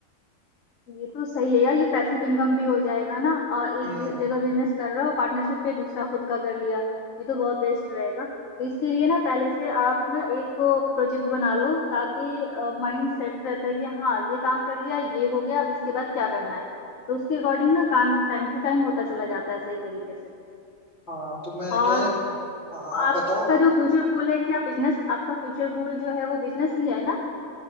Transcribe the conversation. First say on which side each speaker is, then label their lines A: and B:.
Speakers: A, on the left; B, on the left.
A: ये तो सही है यार ये पैसिव इनकम भी हो जाएगा ना और एक
B: हम्म
A: जि- जगह बिजनेस कर रहे हो पार्टनरशिप पे दूसरा खुद का कर लिया ये तो बहुत बेस्ट रहेगा तो इसके लिए ना पहले से आप ना एक प्रोजेक्ट बना लो ताकि माइंड सेट रहता है कि हाँ ये काम कर लिया ये हो गया अब इसके बाद क्या करना है तो उसके अकॉर्डिंग ना काम टाइम टू टाइम होता चला जाता है सही तरीके से
B: हाँ तो मैं
A: और
B: क्या है हाँ हाँ, आप
A: आपका
B: बताओ
A: जो फ्यूचर गोल है क्या बिजनेस आपका फ्यूचर गोल जो है वो बिजनेस ही है ना